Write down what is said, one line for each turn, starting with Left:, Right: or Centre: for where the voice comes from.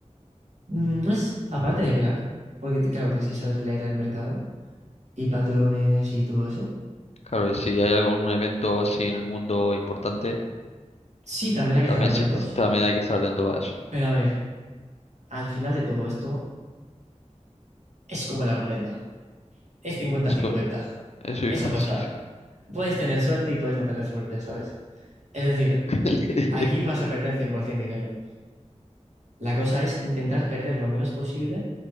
Right: Mm, no es aparte de crack, porque ti- claro, tienes que saber leer el mercado y patrones y todo eso.
Left: Claro, y si hay algún evento así en el mundo importante,
Right: Sí, también hay que
Left: también,
Right: estar atentos,
Left: se- también hay que estar atento a eso.
Right: pero a ver, al final de todo esto es como la ruleta, es cincuenta
Left: Es
Right: cincuenta
Left: co- eso y
Right: es
Left: casi.
Right: apostar. Puedes tener suerte y puedes no tener suerte, ¿sabes? Es decir,
Left: <laughs>
Right: aquí vas a perder 100% dinero. La cosa es intentar perder lo menos posible